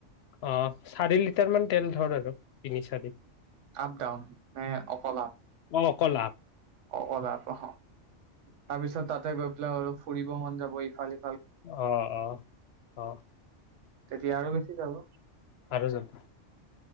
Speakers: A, on the left; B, on the right.
A: অ চাৰি লিটাৰ মান তেল ধৰ আৰু তিনি চাৰি
B: আপ ডাউন ন অকল আপ
A: অ অকল আপ।
B: অকল আপ অ। তাৰপিছত তাতে গৈ পেলাই অলপ ফুৰিব মন যাব ইফালে।
A: অহঃ অহ অহ।
B: তেতিয়া আৰু বেছি যাব।
A: আৰু যাম